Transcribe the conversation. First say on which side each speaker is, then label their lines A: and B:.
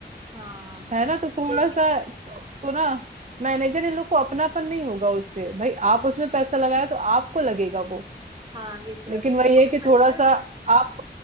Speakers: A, on the right (about 25°); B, on the right (about 40°).
A: हाँ
B: है ना तो थोड़ा
A: लेकिन
B: सा उसको ना मैनेजर इन लोग को अपनापन नहीं होगा उससे भाई आप उसमें पैसा लगाया तो आपको लगेगा वो
A: हाँ ये तो
B: लेकिन
A: है
B: वही
A: और
B: है कि
A: पता
B: थोड़ा सा
A: है
B: आप